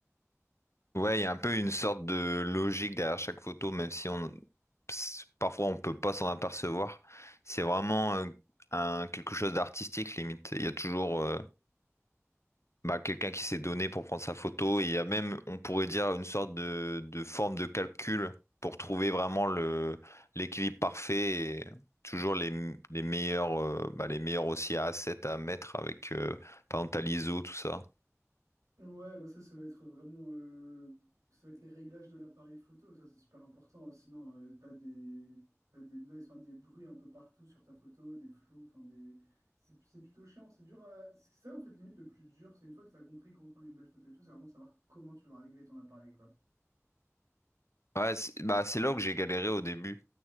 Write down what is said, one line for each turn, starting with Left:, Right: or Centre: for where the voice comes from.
Left: Ouais, il y a un peu une sorte de logique derrière chaque photo, même si on ps- parfois on peut pas s'en apercevoir. C'est vraiment euh, un, quelque chose d'artistique limite. Il y a toujours euh, bah, quelqu'un qui s'est donné pour prendre sa photo et il y a même, on pourrait dire, une sorte de, de forme de calcul pour trouver vraiment le, l'équilibre parfait et toujours les, m- les meilleurs, euh, bah, les meilleurs aussi à 7 à mettre avec euh, par exemple, t'as l'ISO, tout ça.
Right: Ouais, bah ça, ça va être vraiment, euh, ça va être les réglages de l'appareil photo, ça c'est super important. hein. Sinon, euh, t'as des, t'as des noise, enfin, des bruits un peu partout sur ta photo, des flous, enfin des, c'est c'est plutôt chiant. C'est dur à, c'est ça en fait limite le plus dur, c'est une fois que t'as compris comment prendre une belle photo et tout, c'est vraiment savoir comment tu vas régler ton appareil quoi.
Left: Ouais, c'est bah, c'est là que j'ai galéré au début.